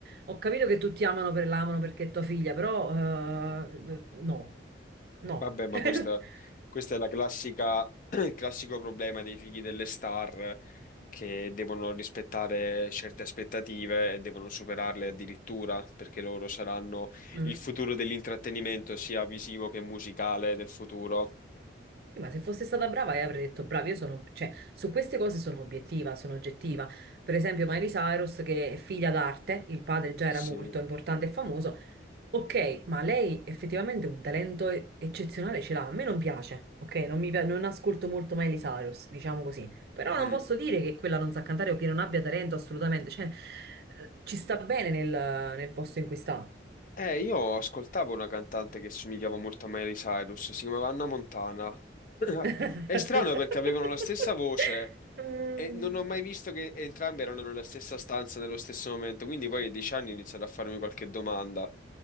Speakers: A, on the right; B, on the left.
A: Ho capito che tutti amano per l'amano perché è tua figlia, però eh, no, no.
B: Vabbè, ma
A: <laughs>
B: questa, questa è la classica, <clears throat> il classico problema dei figli delle star che devono rispettare certe aspettative e devono superarle addirittura perché loro saranno
A: Mm.
B: il futuro dell'intrattenimento, sia visivo che musicale del futuro.
A: Eh, Ma se fosse stata brava, io avrei detto brava, io sono, cioè, su queste cose sono obiettiva, sono oggettiva. Per esempio, Miley Cyrus, che è figlia d'arte, il padre già
B: Sì.
A: era molto importante e famoso. Ok, ma lei effettivamente un talento e- eccezionale ce l'ha. A me non piace, ok? Non mi pia- non ascolto molto Miley Cyrus, diciamo così. Però non
B: Mm.
A: posso dire che quella non sa cantare o che non abbia talento assolutamente. Cioè, eh, ci sta bene nel, nel posto in cui sta.
B: Eh, io ascoltavo una cantante che somigliava molto a Miley Cyrus, si chiamava Anna Montana. <clears throat> <laughs>
A: <laughs>
B: È strano perché avevano la stessa voce,
A: Mm.
B: E non ho mai visto che entrambi erano nella stessa stanza nello stesso momento, quindi poi a dieci anni ho iniziato a farmi qualche domanda.